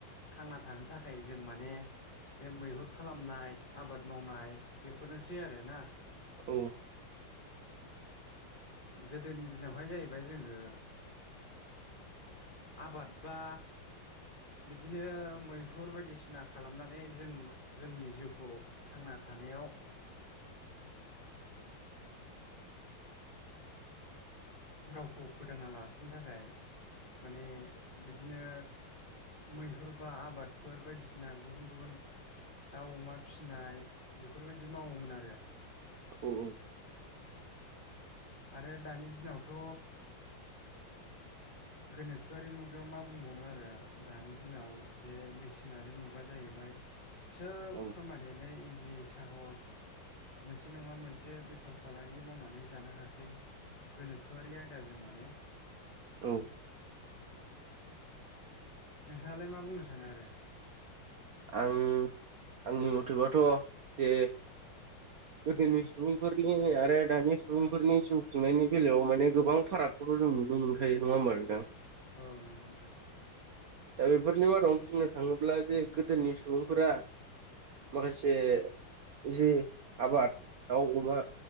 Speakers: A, on the left; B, on the right.
A: थांना थानो थाखाय जों माने बे मैहुर खालामनाय आबाद मावनाय बेफोरनो सै आरोना
B: औ।
A: गोदोनि दिनावहाय जाहैबाय जोङो। आबाद बा बिदिनो मैहुर बायदिसिना खालामनानै जों जोंनि जिउखौ थांना थानायाव
B: <inaudible> <inaudible>
A: गावखौ फोथांना लाखिनो थाखाय माने बिदिनो। मैहुर बा आबादफोर बायदिसिना गुबुन गुबुन। दाउ अमा फिसिनाय बेफोरबायदि मावोमोन आरो
B: औ औ।
A: आरो दानि दिनावथ'
B: <inaudible>
A: गोनोखोआरि मुगायाव मा बुंबावनो आरो दानि दिनाव जे मेसिनारि मुगा जायो हैबाय सोब
B: औ
A: खामानियानो इजि साहस मोनसे नङा मोनसे बेफार फालांगि मावनानै जानो हासै। गोनोखोआरि आयदाजों माने
B: औ
A: औ नोंथाङालाय मा बुंनो सानो आरो?
B: आं आंनि मथेबाथ' जे गोदोनि सुबुंफोरनि आरो दानि सुबुंफोरनि जिउ खुंनायनि बेलायाव माने गोबां फारागफोर खौ नुनो मोनखायो नङा होमबा नोंथां?
A: औ नंगौ नोंथां।
B: दा बेफोरनि मादावनो बुंनो थाङोब्ला जे गोदोनि सुबुंफोरा माखासे जि आबाद दाउ अमा